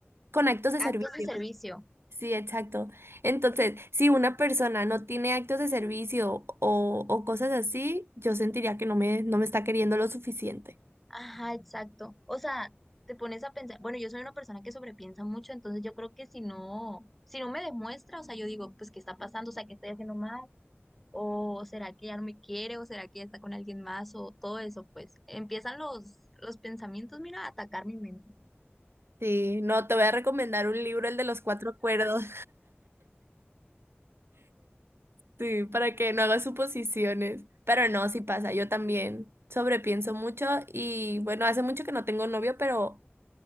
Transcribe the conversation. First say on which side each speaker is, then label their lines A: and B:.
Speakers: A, on the right; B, in the centre.
A: con actos de
B: actos
A: servicio.
B: de servicio.
A: Sí, exacto. Entonces, si una persona no tiene actos de servicio o, o cosas así, yo sentiría que no me, no me está queriendo lo suficiente.
B: Ajá, exacto. O sea, te pones a pensar, bueno, yo soy una persona que sobrepiensa mucho, entonces yo creo que si no, si no me demuestra, o sea, yo digo, pues, ¿qué está pasando? O sea, ¿qué estoy haciendo mal? ¿O será que ya no me quiere? ¿O será que ya está con alguien más? O todo eso, pues, empiezan los, los pensamientos, mira, a atacar mi mente.
A: Sí, no, te voy a recomendar un libro, el de los cuatro acuerdos. Sí, para que no haga suposiciones. Pero no, sí pasa, yo también sobrepienso mucho y bueno, hace mucho que no tengo novio, pero